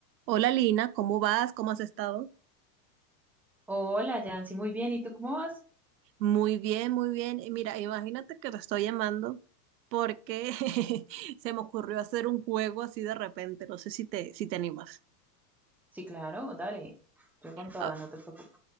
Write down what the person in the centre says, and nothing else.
Hola, Yancy, muy bien. ¿Y tú cómo vas?
Sí, claro, dale. Yo con toda,
no te preocupes.